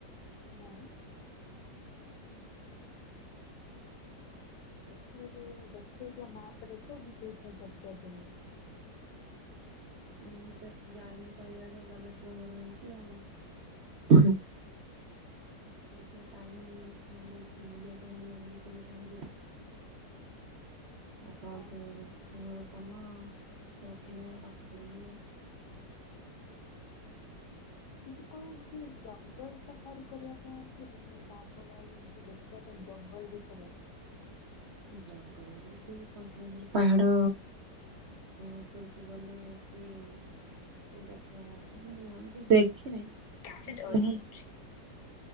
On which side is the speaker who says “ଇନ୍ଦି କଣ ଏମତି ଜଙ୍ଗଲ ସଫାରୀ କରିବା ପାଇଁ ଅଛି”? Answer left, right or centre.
Left